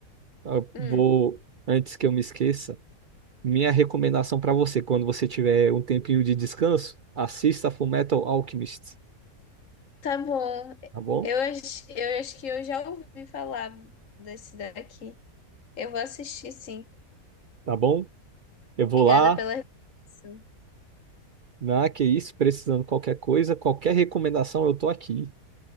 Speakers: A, on the right; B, on the left.
A: eu
B: Hum,
A: vou, antes que eu me esqueça, minha recomendação para você, quando você tiver um tempinho de descanso, assista Fullmetal Alchemist,
B: tá bom.
A: tá bom?
B: Eu acho, eu acho que eu já ouvi falar desse daqui. Eu vou assistir, sim.
A: Tá bom? Eu vou
B: Obrigada
A: lá.
B: pela recomendação.
A: Ah, que isso, precisando de qualquer coisa, qualquer recomendação, eu tô aqui.